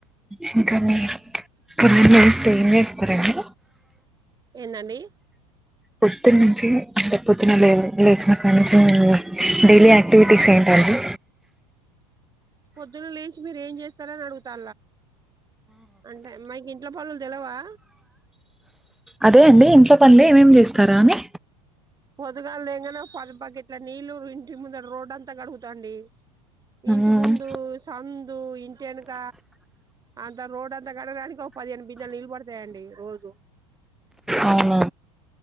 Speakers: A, in the centre; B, on the right.
A: ఇంకా మీరు పల్ల స్టేం చేస్తారండి
B: ఎన్నండి
A: పొట్తి నుంచింతె పొతున లేదు లేచిన కానీంచి డైలీ యాక్టివిటీస్ ఏంటది
B: పోద్దున లేస్ మీరు ఏం చేస్తార అని అడుగుతా అంటే మైకి ఇంట్లో పలు తెలవా
A: అదే అండి ఇంట్లో పనులే ఏమేమి చేస్తారా అని
B: ఉదుగాళ్ ఎంనా పది పకెట్ల నీళ్ళురు ముంద రోడ్ అంతా గడుగుతాండి ఇంటి
A: అని
B: ముందు సందు ఇంటి వెనక అంత రోడ్ంతా గడగడానికి ఒక పదిహేను బిందెలు నిలబడతాయండి రోజు
A: అవునా